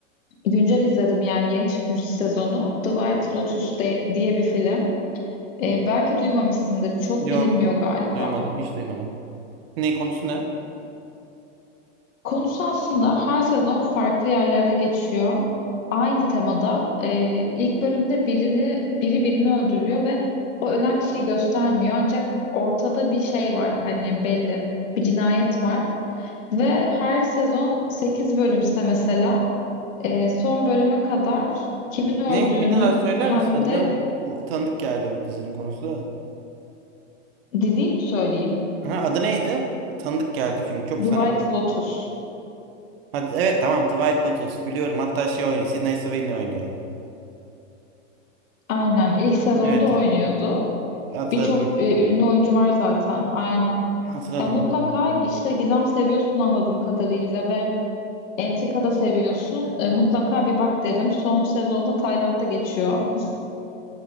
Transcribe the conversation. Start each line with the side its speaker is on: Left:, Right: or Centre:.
Left: güncel izledim yani yeni çıkmış sezonu. The White Lotus de- diye bir film. Ee, belki duymamışsındır. Çok
Right: Yok.
Left: bilinmiyor galiba.
Right: Duymadım. Hiç duymadım. Ne konusu ne?
Left: Konusu aslında her sezon farklı yerlerde geçiyor. Aynı temada e, ilk bölümde birini biri birini öldürüyor ve o ölen kişiyi göstermiyor. Ancak ortada bir şey var hani belli bir cinayet var. Ve her sezon 8 bölümse mesela e, son bölüme kadar kimin öldüğünü
Right: Ne? Bir daha söyler
Left: hem
Right: misin adını?
Left: de
Right: Bu tanıdık geldi bu dizinin konusu da.
Left: diziyi mi söyleyeyim?
Right: Ha, adı neydi? Tanıdık geldi çünkü çok
Left: The
Right: sana.
Left: White Lotus.
Right: Hadi, evet tamam The White Lotus biliyorum hatta şey oynuyor. Sydney Sweeney oynuyor.
Left: Aynen ilk sezonda
Right: Evet
Left: oynuyordu.
Right: hatırladım.
Left: Birçok e, ünlü oyuncu var zaten. Aynen.
Right: Hatırladım.
Left: Ya mutlaka
Right: hatırladım.
Left: işte gizem seviyorsun anladığım kadarıyla ve entrika da seviyorsun. E, mutlaka bir bak derim. Son sezonda Tayland'da geçiyor. <laughs>